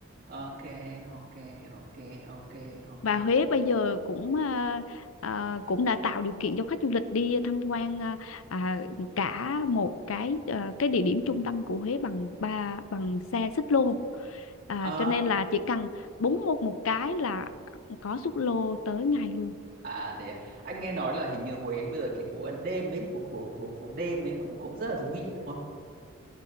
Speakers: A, on the right (about 45°); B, on the left (about 85°).
A: ok ok ok ok ok
B: và Huế bây giờ cũng à, à, cũng đã tạo điều kiện cho khách du lịch đi tham quan à, à, cả một cái à, cái địa điểm trung tâm của Huế bằng ba bằng xe xích lô à,
A: ờ
B: cho nên là chỉ cần búng một một cái là có xích lô tới ngay luôn
A: à thế à. anh nghe nói là hình như Huế bây giờ cái phố ăn đêm ấy phố phố phố phố đêm ấy cũng cũng rất là thú vị đúng không